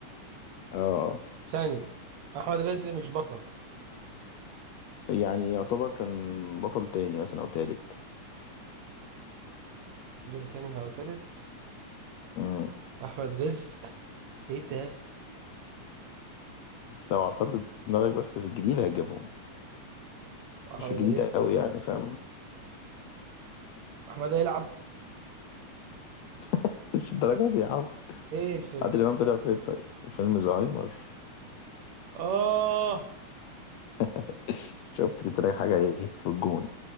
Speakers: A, on the left (about 75°); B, on the right (about 70°).
A: اه آه.
B: ثاني احمد رزق مش بطل
A: يعني يعتبر كان بطل تاني مثلا او تالت
B: دور تاني او تالت
A: امم
B: احمد رزق ايه ده
A: لو عصرت دماغك بس في الجديد هتجيبهم
B: احمد
A: مش في الجديد
B: رزق
A: قوي يعني فاهم
B: احمد هيلعب
A: <laughs> مش الدرجه دي يا عم
B: ايه الفيلم
A: عادل امام طلع في طيب فيلم زهايمر
B: اه
A: <laughs> شفت جبت لك حاجه ايه في الجون